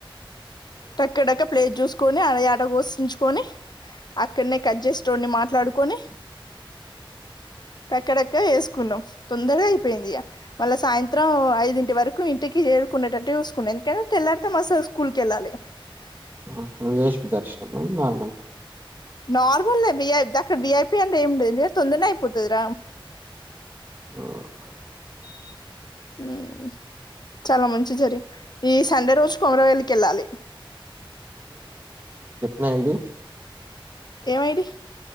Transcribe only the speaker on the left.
టక్కడక్క ప్లేజ్ జూస్ కొని ఆడ ఆట గోషించుకొని అక్కడనే కట్ చేసటోడిని మాట్లాడుకొని టక్కడక్క వేసుకున్నాం తొందరగా అయిపోయింది మళ్ళా సాయంత్రం ఐదింటి వరకు ఇంటికి చేరికునేటట్టు చూసుకున్నాం ఎందుకంటే తెల్లడితే మసు స్కూల్ కి వెళ్ళాలి <unintelligible>
నార్మలే విఐ అక్కడ విఐపి అంటే ఏమింటంది తొందరనే అయిపోతదిరా
ఉమ్ చాల మం చిజరి ఈ సండే రోజు కొమరవేలి కెళ్ళాలి
ఏమైడి